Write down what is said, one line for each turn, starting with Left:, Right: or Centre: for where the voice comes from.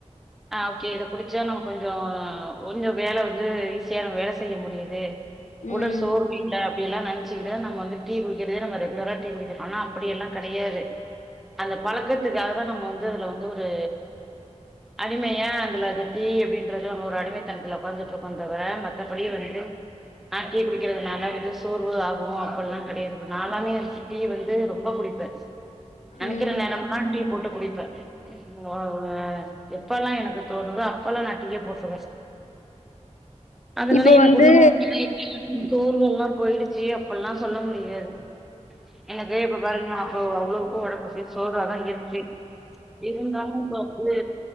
Centre: ஆ ஓகே இத குடுச்சா நம்ம கொஞ்சோ கொஞ்சொ வேல வந்து ஈசியா நம் வேல செய்ய முடியிது
Left: ம்
Centre: உடல் சோர்வு இல்ல அப்டில்லா நெனச்சிகிட்டு நம்ம வந்துட் டீ குடிக்குறதே நம்ப ரெகுலர்ரா டீ குடிக்கிறோ ஆனா அப்படி எல்லாகெடையாது அந்த பழக்கத்துக்காகதா நம்போ வந்து அதுல வந்து ஒரு அடிமையா அந்துல அந்த டீ அப்டின்றது நம்ம ஒரு அடிமைத்தனத்துல உக்காந்துட்டுருக்கோ தவர மத்தபடி வந்து ஆ டீ குடிக்குறதுனால இது சோர்வு ஆகு அப்புல்லா கெடையாது இப்ப நால்லாமே வந்து டீ வந்து ரொம்போ குடிப்ப நெனைக்கிற
Left: ம்
Centre: நேரமெல்ல டீ போட்டு குடிப்ப <unintelligible> எப்பெல்லா எனக்கு தோணுதோ அப்பெல்லா நா டீயா போட்டுருவ அதுனால
Left: இப்போ
Centre: எனக்கு
Left: வந்து
Centre: ஒண்ணு <unintelligible> சோர்வெல்லா போயிடுச்சி அப்பல்லா சொல்ல முடி யாது எனக்கே இப்ப பாருங்க அப்போ அவ்ளோக்கு உடம்புக்கு அப்டியே சோர்வாதா இருக்கு இருந்தாலு இப்ப வந்து